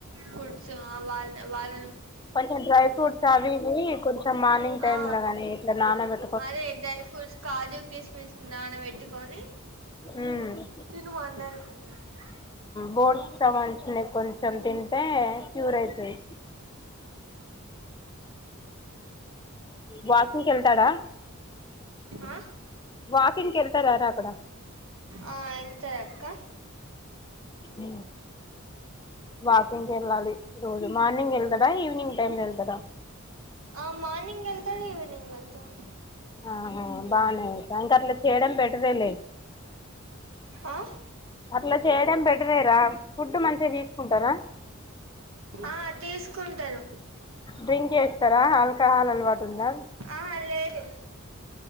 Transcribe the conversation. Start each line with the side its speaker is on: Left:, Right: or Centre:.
Right: ఫుడ్స్ వాళ్ళ వాళ్ళ
Left: కొంచెం డ్రై ఫ్రూట్స్ అవి ఇవి కొంచెం మార్నింగ్ టైమ్
Right: ఆ
Left: లో గాని ఇట్లా నానబెట్ట
Right: అదే డ్రై ఫ్రూట్స్ కాజు కిస్మిస్ నాన పెట్టుకొని
Left: ఉమ్
Right: <unintelligible>
Left: బోర్డ్స్ కావాల్సినయి కొంచెం కొంచెం తింటే క్యూర్ అయితది వాకింగ్ కి వెళ్తాడా
Right: ఆ
Left: వాకింగ్ కి వెళ్తారా రా అక్కడ
Right: ఆ వెళ్తార అక్క
Left: ఊ వాకింగ్ వెళ్ళాలి రోజు మార్నింగ్ వెళ్తడా ఈవినింగ్ టైమ్ లో వెళ్తాడా
Right: ఆ మార్నింగ్ వెళ్తాడు ఈవెనింగ్ వెళ్తాడు
Left: ఆహా బాగానే ట్యాంకర్లు చేయడం బెటరేలే
Right: ఆ
Left: అట్లా చేయడం బెటరేరా ఫుడ్ మంచిగా తీసుకుంటారా
Right: ఆ తీసుకు కుంటలో
Left: డ్రింక్ చేేస్తారా హల్కా హాల అలవాటు ఉందా
Right: ఆ లేదు